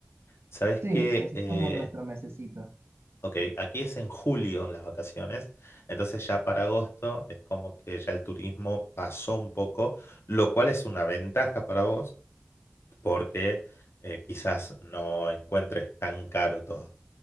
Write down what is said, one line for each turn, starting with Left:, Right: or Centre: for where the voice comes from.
Left: ¿Sabes
Right: Sí,
Left: qué?
Right: ese
Left: Eh,
Right: es como nuestro mesecito.
Left: Ok, aquí es en julio las vacaciones, entonces ya para agosto es como que ya el turismo pasó un poco, lo cual es una ventaja para vos porque eh, quizás no encuentres tan caro todo.